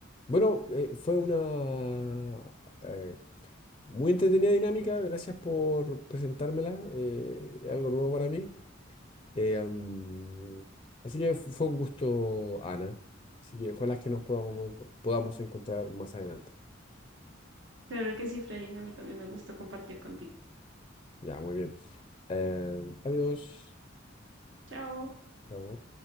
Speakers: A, on the left (about 25°); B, on the right (about 70°).
A: bueno, eh, fue una eh, muy entretenida dinámica. Gracias por presentármela. eh, es algo nuevo para mí. Eh, am, así que fu- fue un gusto, Ana. Así que ojalá que nos podamos, enco- podamos encontrar más adelante.
B: claro que sí, Freddy. A mí también me gustó compartir contigo.
A: Ya, muy bien. Eh, adiós.
B: Chao.
A: Chao.